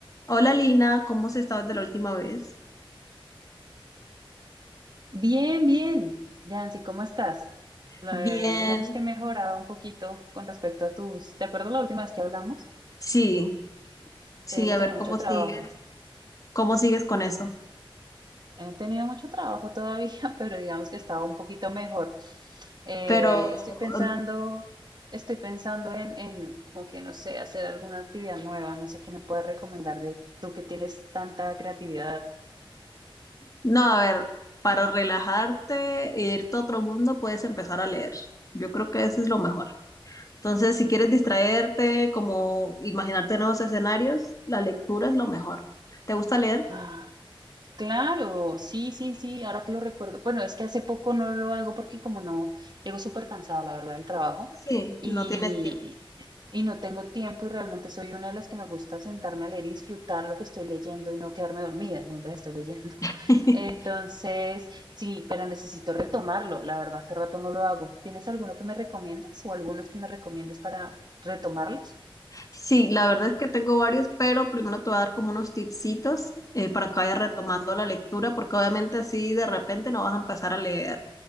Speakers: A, on the left; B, on the right.
A: Hola Lina, ¿cómo has estado desde la última vez?
B: Bien, bien. Yancy, ¿cómo estás? La-
A: Bien,
B: digamos que he mejorado un poquito con respecto a tus... ¿Te acuerdas la última vez que hablamos?
A: sí, sí,
B: Te dije que
A: a
B: tenía
A: ver
B: mucho
A: cómo
B: trabajo.
A: sigues, cómo sigues con eso.
B: He tenido mucho trabajo todavía, <laughs> pero digamos que estaba un poquito mejor. Eh,
A: Pero
B: estoy pensando,
A: mm,
B: estoy pensando en, en como que no sé, hacer alguna actividad nueva. No sé qué me puedes recomendar de tú que tienes tanta creatividad.
A: no, a ver, para relajarte e irte a otro mundo puedes empezar a leer. Yo creo que eso es lo mejor. Entonces, si quieres distraerte, como imaginarte nuevos escenarios, la lectura es lo mejor. ¿Te gusta leer?
B: Ah, claro, sí, sí, sí, ahora que lo recuerdo. Bueno, es que hace poco no lo hago porque como no, llego súper cansada, la verdad, del trabajo
A: Sí,
B: y,
A: no tienes tiempo.
B: y no tengo tiempo y realmente soy una de las que me gusta sentarme a leer y disfrutar lo que estoy leyendo y no quedarme dormida mientras estoy leyendo. <laughs>
A: <laughs>
B: Entonces, sí, pero necesito retomarlo, la verdad, hace rato no lo hago. ¿Tienes alguno que me recomiendes o algunos que me recomiendes para retomarlos?
A: Sí, la verdad es que tengo varios, pero primero te voy a dar como unos tipsitos eh, para que vayas retomando la lectura, porque obviamente así de repente no vas a empezar a leer